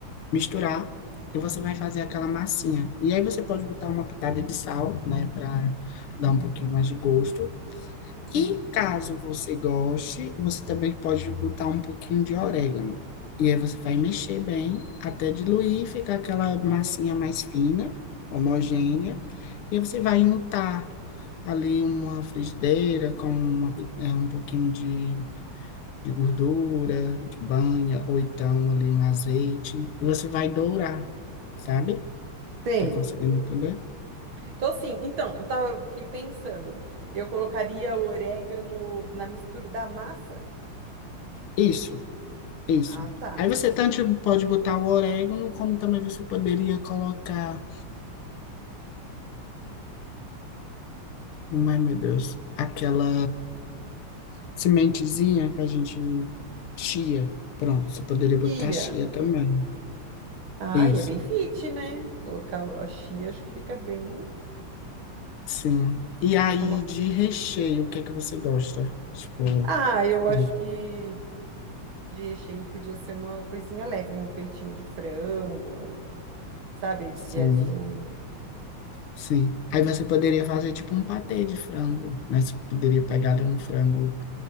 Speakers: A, on the left (about 80°); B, on the right (about 65°).
A: misturar e você vai fazer aquela massinha. E aí você pode botar uma pitada de sal, né, para dar um pouquinho mais de gosto. E caso você goste, você também pode botar um pouquinho de orégano. E aí você vai mexer bem até diluir e ficar aquela massinha mais fina, homogênea. E aí você vai untar ali uma frigideira com uma é, um pouquinho de de gordura, de banha, ou então ali um azeite, e você vai dourar, sabe?
B: sei
A: Tá conseguindo entender?
B: Então, assim, então, eu tava aqui pensando. Eu colocaria o orégano na mistura da massa?
A: Isso, isso.
B: Ah, tá.
A: Aí você tanto pode botar o orégano, como também você poderia colocar, como é, meu Deus, aquela sementezinha que a gente chia. Pronto, você poderia botar
B: Chia.
A: chia também.
B: Ah, e
A: Isso,
B: é bem fit, né? Colocar a chia, acho que fica bem.
A: sim. E aí,
B: é uma
A: de recheio, o que é que você gosta? Tipo,
B: ah, eu acho
A: de,
B: que de recheio podia ser uma coisinha leve, um peitinho de frango, sabe,
A: sim.
B: desfiadinho.
A: Sim. Aí você poderia fazer tipo um patê de frango, né? Você poderia pegar ali um frango